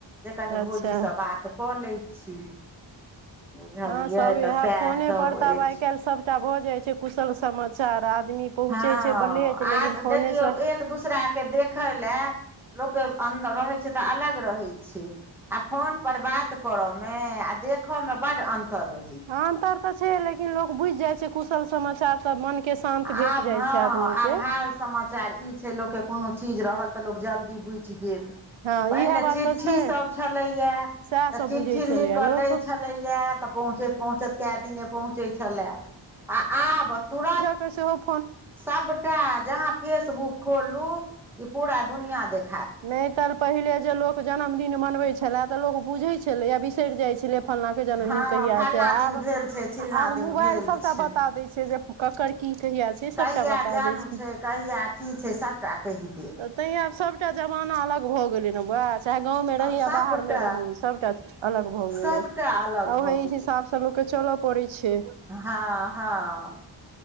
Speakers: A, in the centre; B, on the right.
A: जे कनि
B: अच्छा
A: भौजीसँ बात कऽ लैत छी बुझलियै
B: हँ सब इएह
A: तऽ सएहसभ
B: फोने पर तऽ
A: अछि
B: आब आइ काल्हि सभटा भऽ जाय छै कुशल समाचार आदमी पहुँचै
A: हँ
B: छै लेट
A: आ
B: लेकिन फोने
A: देखियौ
B: सँ
A: एक दूसराके देखय लए लोकके अन्दर रहै छै तऽ अलग रहै छै आ फोन पर बात करे में आ देख में बड अंतर रहेय
B: अंतर तऽ छै लेकिन लोग बुझि जाइ छै कुशल समाचार तब मन के शान्त
A: आब
B: भेट
A: हँ
B: जाय छै आदमी
A: आब
B: के
A: हाल समाचार ई छै लोकके कोनो चीज रहल तऽ लोक जल्दी बुझि गेल
B: हँ
A: पहिने
B: इएह बात
A: चिटठ्ठीसभ
B: तऽ छै
A: छलैएया
B: सएह
A: तऽ
B: सब
A: चिट्ठी
B: बुझै छलैए
A: लिखि कऽ
B: लोक
A: दैत
B: आ
A: छलैए तऽ पहुँचैत पहुँचैत कए दिने पहुँचैत छलए आ आब तुरत
B: कस <unintelligible>
A: सबटा जहाँ फेसबुक खोलू ई पूरा दुनिया देख
B: नहि तऽ पहिले जे लोक जन्मदिन मनबैत छलए तऽ लोक बुझैत छलैए बिसर जाइत छलै फलना के जन्मदिन
A: हँ
B: कहिया
A: फल्लाँ
B: छै आब
A: दिन भेल छै चिल्लाँ
B: आब
A: दिन
B: मोबाइल
A: भेल
B: सभटा
A: छै
B: बता दै छै जे ककर की कहिया छै
A: कहिया
B: सबटा बता
A: जन्म
B: दै छै
A: कहिया की छै सभटा कहि देत
B: तैंया आब सबटा जमाना अलग भऽ गेलै ने बात चाहे गाँंव मे
A: आ
B: रही
A: सभटा
B: य बाहर में रही सबटा अलग भए
A: सभटा
B: गेले
A: अलग
B: आ
A: भऽ
B: ओहि
A: गेलै
B: हिसाब से लोककेँ चलऽ पड़ै छै
A: हँ हँ